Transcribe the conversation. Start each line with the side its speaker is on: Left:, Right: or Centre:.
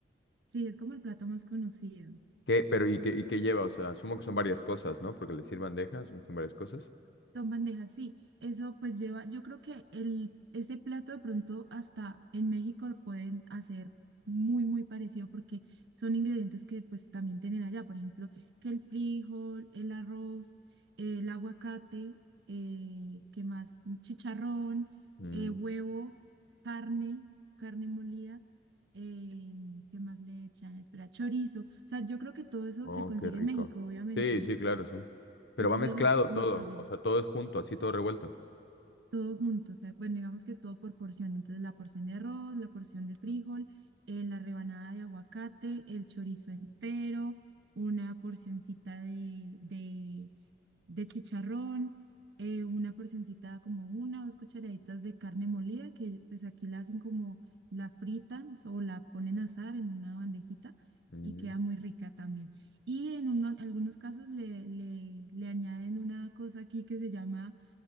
Right: sí, es como el plato más conocido.
Left: ¿qué, pero y qué, y qué lleva? O sea, asumo que son varias cosas, ¿no? Porque le sirvan bandeja, asumo que son varias cosas.
Right: Son bandejas, sí. Eso pues lleva, yo creo que el, ese plato de pronto hasta en México lo pueden hacer muy, muy parecido porque son ingredientes que pues también tienen allá. Por ejemplo, que el frijol, el arroz, el aguacate, eh, ¿qué más? Chicharrón,
Left: Mm,
Right: eh, huevo, carne, carne molida. Eh, ¿qué más le echan? Espera, chorizo. O sea, yo creo que todo eso
Left: Oh,
Right: se consigue
Left: qué rico.
Right: en México, obviamente,
Left: Sí,
Right: ¿no?
Left: sí, claro, sí. Pero
Right: Entonces
Left: va mezclado
Right: es
Left: todo,
Right: más fácil.
Left: o sea, todo es junto, así todo revuelto.
Right: Todo junto, o sea, bueno, digamos que todo por porción. Entonces, la porción de arroz, la porción de frijol, eh, la rebanada de aguacate, el chorizo entero, una porcioncita de, de, de chicharrón, eh, una porcioncita como una o dos cucharaditas de carne molida, que pues aquí la hacen como la fritan o la ponen a asar en una bandejita
Left: Mm,
Right: y queda muy rica también. Y en uno- algunos casos le, le, le añaden una cosa aquí que se llama